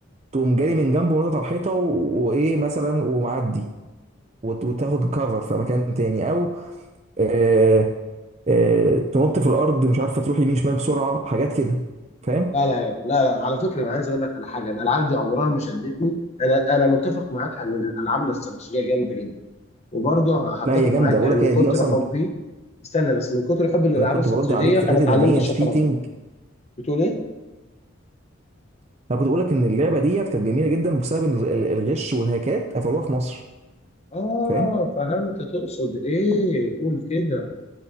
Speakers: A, on the right; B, on the left.
A: تقوم جاري من جنبه ونطط على الحيطه و- وايه مثلا ومعدي وت- وتاخد كفر في مكان تاني او آه آه تنط في الارض مش عارفه تروح يمين شمال بسرعه حاجات كده فاهم
B: لا لا لا لا, لا. على فكره انا عايز اقول لك على حاجه الالعاب دي عمرها ما شدتني انا انا متفق معاك عن الالعاب الاستراتيجيه جامده جدا وبرضه هتفق
A: لا هي جامده
B: معاك
A: بقول
B: يعني
A: لك
B: من
A: هي
B: كتر
A: دي اصلا
B: حبي استنى بس من كتر حبي للالعاب
A: انا كنت
B: الاستراتيجيه
A: برد عليك في حته
B: انا اتعلمت
A: ان هي
B: الشطرنج
A: شيتنج
B: بتقول ايه
A: انا كنت بقول لك ان اللعبه ديت كانت جميله جدا بسبب إن ال- ال- الغش والهاكات قفلوها في مصر
B: اه
A: فاهم
B: فهمت تقصد ايه قول كده